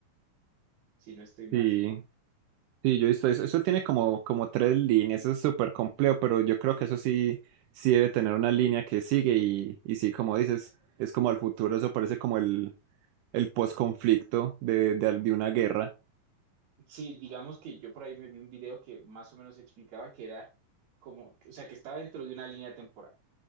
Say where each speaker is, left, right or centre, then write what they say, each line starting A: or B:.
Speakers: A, on the right (about 55°); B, on the right (about 80°).
A: si no estoy mal.
B: Sí, Sí, yo he visto eso. Eso tiene como, como tres líneas, eso es súper complejo, pero yo creo que eso sí, sí debe tener una línea que sigue y, y sí, como dices, es como al futuro, eso parece como el, el post-conflicto de, de, al- de una guerra.
A: Sí, digamos que yo por ahí me vi un video que más o menos explicaba que era como, o sea, que estaba dentro de una línea temporal